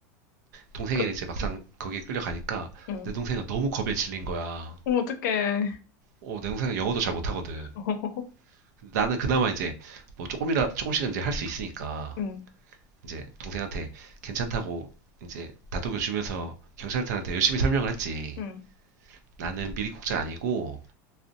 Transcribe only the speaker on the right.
동생이
이제 막상
거기에 끌려가니까
내 동생은 너무 겁에 질린 거야.
어, 내 동생은 영어도 잘 못하거든.
나는 그나마 이제 뭐 조금이라, 조금씩은 이제 할 수 있으니까
이제 동생한테 괜찮다고 이제 다독여 주면서 경찰들한테 열심히 설명을 했지.
나는 미리국자 아니고